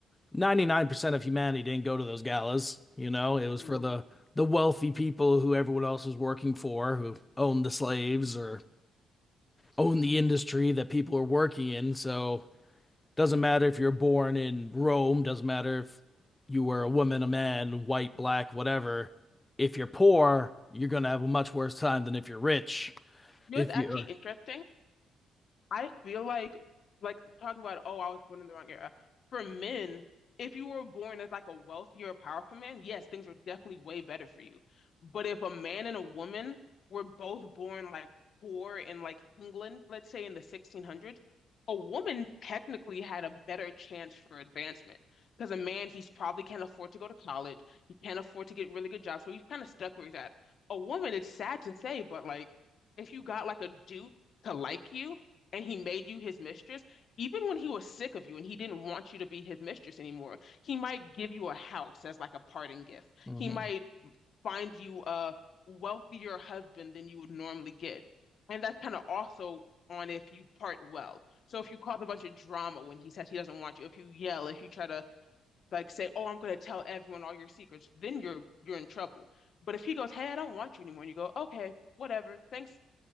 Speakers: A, on the left; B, on the left.
A: 99% of humanity didn't go to those galas. You know, it was
B: No.
A: for the the wealthy people who everyone else was working for, who owned the slaves or owned the industry that people were working in. So doesn't matter if you're born in Rome, doesn't matter if you were a woman, a man, white, black, whatever. If you're poor, you're going to have a much worse time than if you're rich.
B: You know,
A: If
B: what's actually
A: you're
B: interesting. I feel like, like talking about, oh, I was born in the wrong era. For men, if you were born as like a wealthier, powerful man, yes, things were definitely way better for you. But if a man and a woman were both born like poor in like England, let's say in the 1600s, a woman technically had a better chance for advancement because a man, he's probably can't afford to go to college. He can't afford to get really good jobs. So he's kind of stuck where he's at. A woman, it's sad to say, but like if you got like a duke to like you, and he made you his mistress, even when he was sick of you and he didn't want you to be his mistress anymore, he might give you a house as like a parting gift.
A: Mhm.
B: He might find you a wealthier husband than you would normally get. And that's kind of also on if you part well. So if you cause a bunch of drama when he says he doesn't want you, if you yell, if you try to like say, "Oh, I'm going to tell everyone all your secrets," then you're you're in trouble. But if he goes, "Hey, I don't want you anymore," and you go, "Okay, whatever. Thanks